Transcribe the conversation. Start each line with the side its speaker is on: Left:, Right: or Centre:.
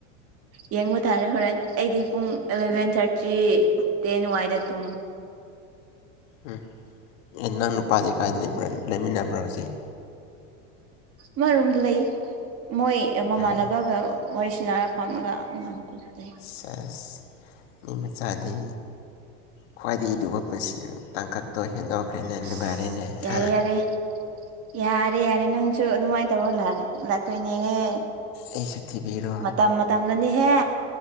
Right: ꯌꯦꯡꯕ ꯇꯥꯔꯦ ꯍꯣꯔꯦꯟ ꯑꯩꯗꯤ ꯄꯨꯡ ꯑꯦꯂꯚꯦꯟ ꯊꯥꯔꯇꯤ ꯆ ꯇꯅꯅꯨꯡ ꯋꯥꯏꯗ ꯇꯨ
Left: ꯎꯝ ꯑꯦ ꯅꯪ ꯅꯨꯄꯥꯗꯤ ꯀꯥꯏꯗ ꯂꯩꯕ꯭ꯔꯥ ꯂꯩꯃꯤꯟꯅꯕ꯭ꯔꯣ ꯍꯧꯖꯤꯛ
Right: ꯃꯥ ꯔꯣꯝ ꯂꯩ ꯃꯣꯏ ꯃꯃꯥꯟꯅꯕꯒ
Left: ꯎꯝ
Right: ꯋꯥꯔꯤꯁꯤꯅꯥꯔ ꯐꯝꯃꯒ ꯑꯉꯥꯡ ꯂꯩ
Left: ꯆꯁ ꯃꯤ ꯃꯆꯥꯗꯤ ꯈ꯭ꯋꯥꯏꯗꯒꯤꯗꯨ ꯄꯨꯟꯁꯤ ꯇꯥꯡꯀꯛꯇꯣ ꯍꯦꯟꯗꯣꯛꯈ꯭ꯔꯦꯅꯦ
Right: ꯑꯁ
Left: ꯅꯨꯡꯉꯥꯏꯔꯦꯅꯦ
Right: ꯌꯥꯔꯦ
Left: ꯑ
Right: ꯌꯥꯔꯦ ꯌꯥꯔꯦ ꯌꯥꯔꯦ ꯅꯪꯁꯨ ꯑꯗꯨꯃꯥꯏꯅ ꯇꯧꯔ ꯂꯥꯛꯇꯣꯏꯅꯦꯍꯦ
Left: ꯑꯩꯁꯨꯛꯇꯤꯕꯤꯔꯣ
Right: ꯃꯇꯝ ꯃꯇꯝꯗꯅꯤꯍꯦ